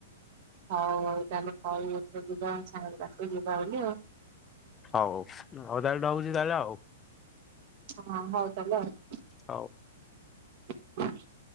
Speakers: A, on the right (about 50°); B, on the left (about 20°).
A: ହଉ ହଉ ତାହେଲେ କହବି ଏଥର ଯିବା ସାଙ୍ଗ ପାଖକୁ ଯିବା ବୋଲି ଆଉ।
B: ହଉ ହଉ ତାହାଲେ ରହୁଚି ତାହାଲେ ଆଉ।
A: ହଁ, ହଉ ତାହାଲେ ଆଉ।
B: ହଉ।
A: <inaudible>